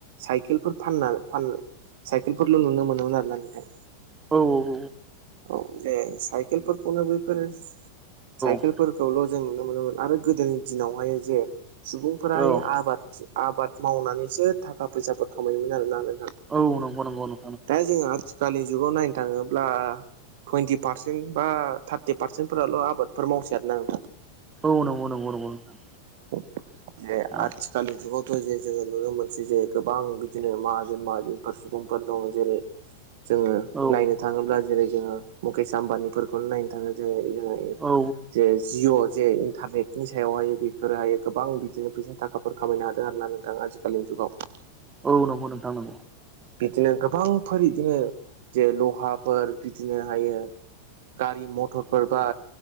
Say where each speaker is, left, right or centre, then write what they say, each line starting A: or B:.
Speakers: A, on the right; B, on the right.
A: साइकेलफोर फानना फान साइकेलफोरल' नुनो मोनोमोन आरोना नोंथां।
B: औ औ औ व
A: औ जे साइकेलफोरखौनो बैफोर साइकेलफोरखौल'
B: औ
A: जों नुनो मोनोमोन आरो गोदोनि दिनावहाय जे सुबुंफोरहाय
B: औ
A: आबाद थि आबाद मावनानैसो थाखा फैसाफोर खामायोमोन आरोना नों
B: औ नंगौ नंगौ नो
A: दा जोङो आथिखालनि जुगाव नायनो थाङोब्ला टुइन्टि पारसेन्ट बा थार्टि पारसेन्टफोराल' आबादफोर मावसै आरो ना नोंथां
B: औ नंगौ नंगौ नंगौ नोंथां।
A: जे
B: औ
A: आथिखालनि जुगावथ' जे जोङो नुनो मोनसै जोङो गोबां बिदिनो माहाजोन माहाजोन फार सुबुंफोर दङ जेरै जोङो
B: औ
A: नायनो थाङोब्ला जेरै जोङो मुकेश आम्बानिफोरखौनो नायनो थाङो जेरै जोङो
B: औ
A: जे जिअ जे इन्टारनेटनि सायावहाय बेफोरोहायो गोबां बिदिनो फैसा थाखाफोर खामायनो हादों आरो ना नोंथां आथिखालनि जुगाव।
B: औ नंगौ नोंथां नंगौ।
A: बिदिनो गोबांफोर इदिनो जे लहाफोर बिदिनो हायो गारि मथरफोर बा